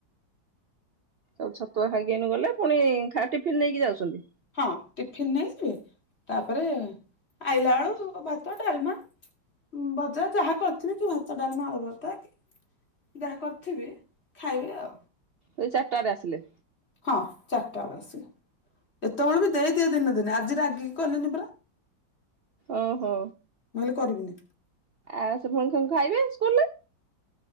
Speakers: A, on the right (about 70°); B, on the left (about 35°).
A: ଓଉ ଛତୁଆ ଖାଇକି ଏନୁ ଗଲେ ପୁଣି ଖା ଟିଫିନ୍ ନେଇକି ଯାଉଛନ୍ତି।
B: ହଁ ଟିଫିିନ ନେଇଯିବି ତାପରେ ଆଇଲା ବେଳୁ ସେ ଭାତ, ଡାଲମା। ଭଜା ଯାହା କରିଥିବେ କି ଭାତ ଡାଲମା ନା ଆଲୁଭତା କି ଯାହା <unintelligible> ଖାଇବି ଆଉ।
A: ଏଇ ଚାରିଟାରେ ଆସିଲେ।
B: ହଁ ଚାରିଟା ବେଳଳେ ଆସିଲେ। ଏତେବେଳେ ବି ଦେଇଦିଏ ଦିନେ ଦିନେ ଆଜି ରାଗି କି କଲିନି ପରା।
A: ଓହୋ
B: ମୁଁ କହିଲି କରିବିନି।
A: ଆଉ ଶୁଭମ୍ କଣ ଖାଇବେ ସ୍କୁଲ ରେ?